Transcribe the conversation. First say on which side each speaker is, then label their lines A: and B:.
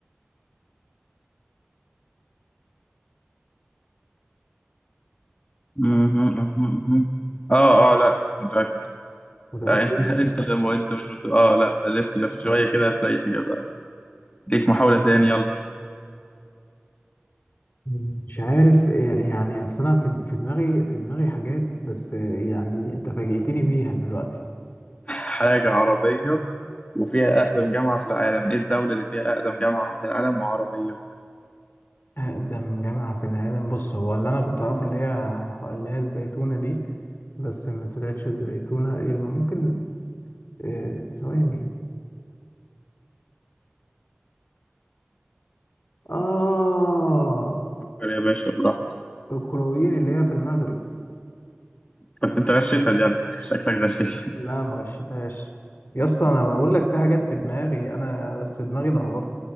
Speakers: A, on the left; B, on the left.
A: مهم، مهم، مهم. اه اه لا متأكد
B: متأكد
A: لا انت <laughs> انت لما انت مش مت... اه لا لف لف شوية كده هتلاقي الإجابة ليك محاولة تاني يلا
B: مم. مش عارف آه، يعني أصل أنا في في دماغي في دماغي حاجات بس آه، يعني أنت فاجئتني بيها دلوقتي
A: حاجة عربية وفيها أقدم جامعة في العالم إيه الدولة اللي فيها أقدم جامعة في العالم وعربية
B: أقدم جامعة في العالم بص هو اللي أنا كنت أعرفه اللي هي اللي هي الزيتونة دي بس ما طلعتش الزيتونة يبقى ممكن آه، ثواني إيه؟ آه
A: فكر يا باشا براحتك
B: الكرويين اللي هي في المغرب
A: كنت أنت غشيتها دي على فكرة <laughs> شكلك غشيش
B: لا ما غشتهاش يا اسطى أنا بقول لك في حاجات في دماغي أنا بس دماغي لخبطت